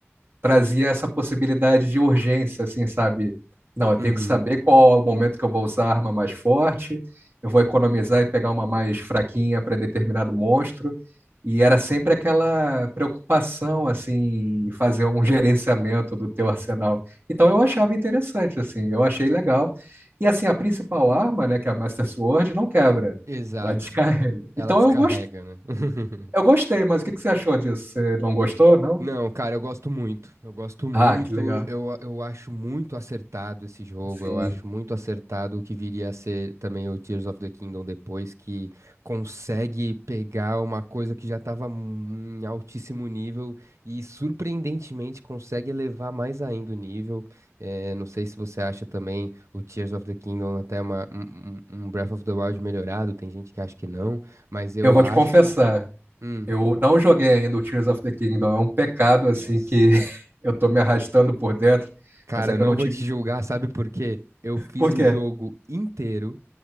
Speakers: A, on the right; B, on the right.
A: trazia essa possibilidade de urgência, assim, sabe? Não, eu tenho
B: Uhum.
A: que saber qual é o momento que eu vou usar a arma mais forte, eu vou economizar e pegar uma mais fraquinha para determinado monstro. E era sempre aquela preocupação, assim, em fazer um gerenciamento do teu arsenal. Então eu achava interessante, assim, eu achei legal. E assim, a principal arma, né, que é a Master Sword, não quebra,
B: Exato.
A: ela <laughs> descarrega.
B: Ela
A: Então
B: descarrega,
A: eu gos-
B: né? <laughs>
A: eu gostei, mas o que que você achou disso? Você não gostou, não?
B: Não, cara, eu gosto muito. Eu gosto muito.
A: Ah, que legal.
B: Eu, eu acho muito acertado esse jogo.
A: Sim.
B: Eu acho muito acertado o que viria a ser também o Tears of the Kingdom depois, que consegue pegar uma coisa que já estava em altíssimo nível e surpreendentemente consegue elevar mais ainda o nível. É, não sei se você acha também o Tears of the Kingdom até uma, um, um um Breath of the Wild melhorado. Tem gente que acha que não, mas eu
A: Eu vou
B: acho.
A: te confessar,
B: Hum,
A: eu não joguei ainda o Tears of the Kingdom. É um pecado, assim,
B: nossa.
A: que <laughs> eu tô me arrastando por dentro,
B: Cara,
A: mas é que
B: não
A: eu não tive.
B: vou te julgar, sabe por quê? Eu fiz
A: Por
B: o
A: quê?
B: jogo inteiro,